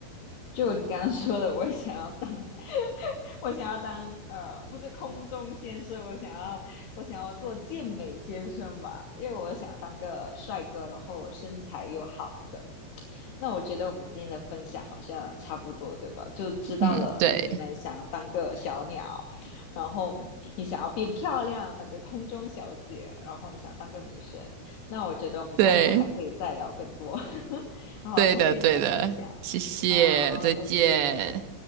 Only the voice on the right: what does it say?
嗯，对
对
对的对的，
谢谢，
再见。